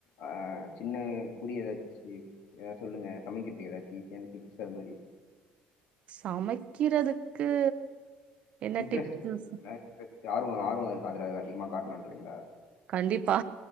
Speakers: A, on the left (about 70°); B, on the right (about 45°).
A: ஆ சின்ன கூடி ஏதாச்சு ஏதா சொல்லுங்க சமைக்கிறதுக்கு எதாச்சி <unintelligible> டிப்ஸ் அது மாரி
B: சமைக்கிறதுக்கு என்ன
A: இன்ட்ரெஸ்ட்
B: டிப்ஸ்
A: <unintelligible> ஆர்வோ ஆர்வோ அதுல அதிகமா காட்ணன்றிங்களா
B: கண்டிப்பா